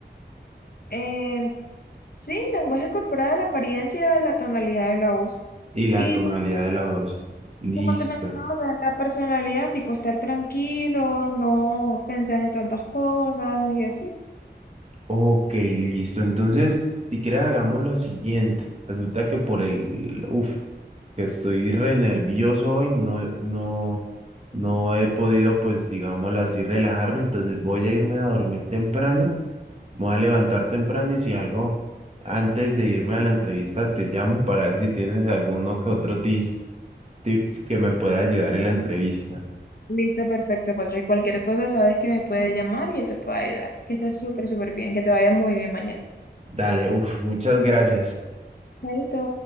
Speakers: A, on the left (about 55°); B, on the right (about 35°).
A: Em, sí, lenguaje corporal, apariencia, la tonalidad de la voz.
B: y la
A: Y
B: tonalidad
A: pues,
B: de la voz. Listo.
A: como te mencionaba, la la personalidad, tipo estar tranquilo, no pensar en tantas cosas y así.
B: Ok, listo. Entonces, si quieres, hagamos lo siguiente. Resulta que por el, uf, que estoy re nervioso hoy, no, no, no he podido, pues, digámoslo así, relajarme. Entonces voy a irme a dormir temprano, me voy a levantar temprano y si algo, antes de irme a la entrevista, te llamo para ver si tienes alguno que otro tips, tips que me pueda ayudar en la entrevista.
A: Listo, perfecto, Patrick. Cualquier cosa sabes que me puedes llamar y yo te puedo ayudar. Que estés súper, súper bien, que te vaya muy bien mañana.
B: Dale, uf, muchas gracias.
A: Chaito.